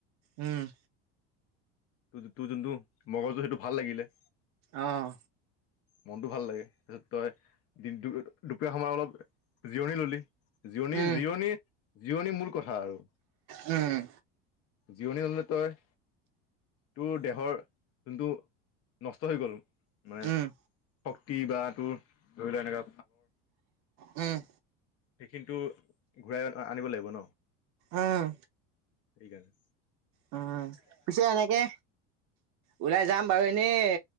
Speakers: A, on the right; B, on the left.
A: উম
B: ত তোৰ যোনটো মগজু সেইটো ভাল লাগিলে
A: অহ
B: মনটো ভাল লাগে। তাৰপিছত তই দিনতো দু-দুপৰীয়া সময়ত অলপ জিৰণি ল'লি। জিৰণি
A: উম
B: জিৰণি জিৰণি মূল কথা আৰু।
A: উম,
B: জিৰণি নললে তই তোৰ দেহৰ যোনটো নষ্ট হৈ গ'ল মানে
A: উম।
B: শক্তি বা তোৰ, ধৰি লো এনেকা
A: উম।
B: সেইখিনিতো ঘূৰাই আনিব লাগিব ন।
A: উম।
B: এইকাৰণ।
A: উম, পিছে এনেকে, ওলাই যাম বাৰু এনেই